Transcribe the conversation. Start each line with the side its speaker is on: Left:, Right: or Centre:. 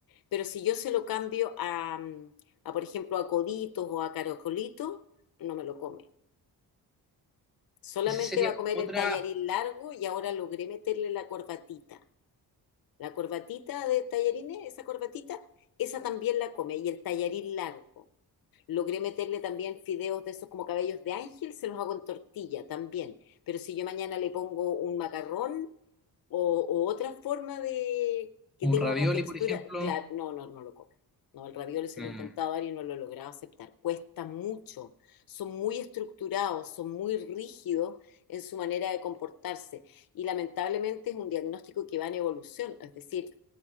Left: Pero si yo se lo cambio a, a, por ejemplo, a coditos o a caracolitos, no me lo come. Solamente
Centre: ese sería
Left: va a comer
Centre: como
Left: el
Centre: otra,
Left: tallarín largo y ahora logré meterle la corbatita. La corbatita de tallarines, esa corbatita, esa también la come. Y el tallarín largo. Logré meterle también fideos de esos como cabellos de ángel, se los hago en tortilla también. Pero si yo mañana le pongo un macarrón, o, o otra forma de que
Centre: un
Left: tenga
Centre: ravioli,
Left: una textura,
Centre: por ejemplo.
Left: claro, no, no, no lo comen. No, el ravioli se
Centre: Mm,
Left: lo he intentado dar y no lo he logrado aceptar. Cuesta mucho. Son muy estructurados, son muy rígidos en su manera de comportarse. Y lamentablemente es un diagnóstico que va en evolución. Es decir,